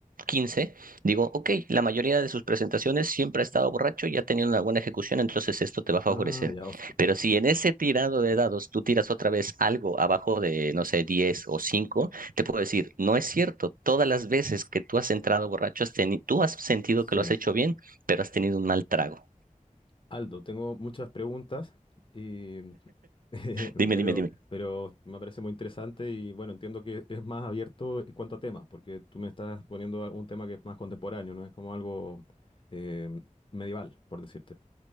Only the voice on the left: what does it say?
Ah, ya, o sea,
sí.
Aldo, tengo muchas preguntas, y, <laughs>
pero,
pero me parece muy interesante y bueno, entiendo que es más abierto en cuanto a temas, porque tú me estás poniendo algún tema que es más contemporáneo, no es como algo eh, medieval, por decirte.